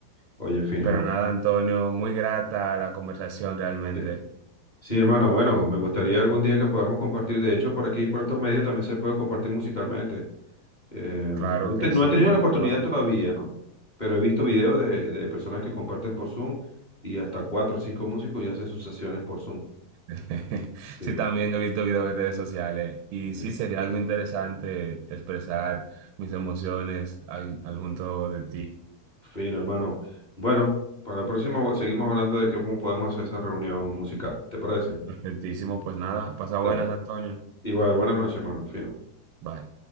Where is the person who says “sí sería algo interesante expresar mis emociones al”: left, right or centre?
Right